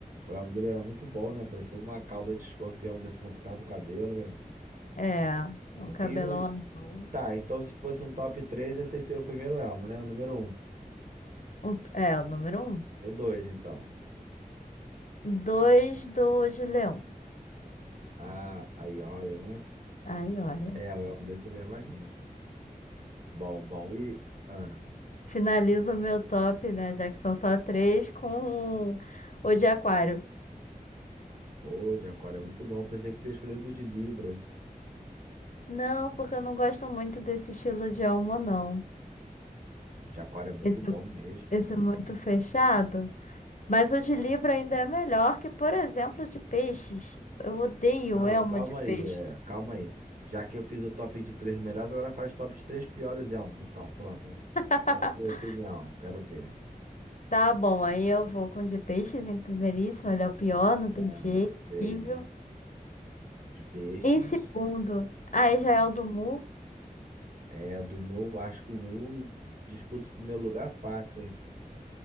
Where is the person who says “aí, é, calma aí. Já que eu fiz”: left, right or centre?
Right